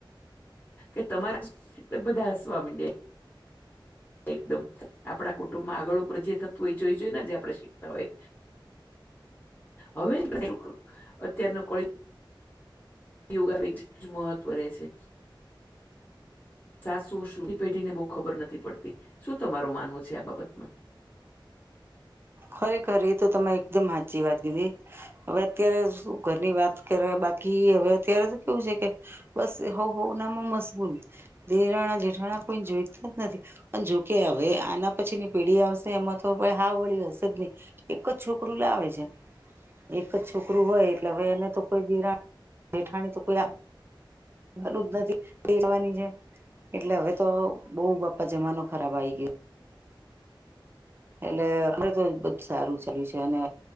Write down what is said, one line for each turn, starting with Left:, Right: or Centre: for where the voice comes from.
Left: કે તમાર બધા હસવા માંડે એકદમ આપણા કુટુંબમાં આગળ ઉપર જે થતું હોય જોઈ જોઈએ ને જે આપણે શીખતા હોય. હવે <inaudible> અત્યારના કળિયુગ કળિયુગ આવી <inaudible> મહત્વ રેહશે. ચાસુ શુંની પેઢી ને બહુ ખબર નથી પડતી શું તમારું માનવું છે આ બાબતમાં.
Right: ખરેખર એ તો તમે એકદમ હાચી વાત કીધી. અવે અત્યારે શું ઘરની વાત કરે બાકી હવે અત્યારે તો કેવું છે કે બસ હોવ હોવના માં મશગૂલ દેરાણા જેઠાણા કોઈ જોઈતા જ નથી. પણ જોકે હવે આના પછી ની પેઢી આવશે એમાં તો હાવ વળી હશે. <unintelligible> એક જ છોકરું લાવે છે. એક જ છોકરું હોય એટલે હવે એને તો કોઈ દેરા જેઠાણી તો કોઈ આ <unintelligible> જ નથી, <unintelligible> જવાની છે. એટલે હવે તો બઉ બપ્પા જમાનો ખરાબ આઈ ગિયો. એટલે અમળે તો બધુ સારું ચાલ્યું છે અને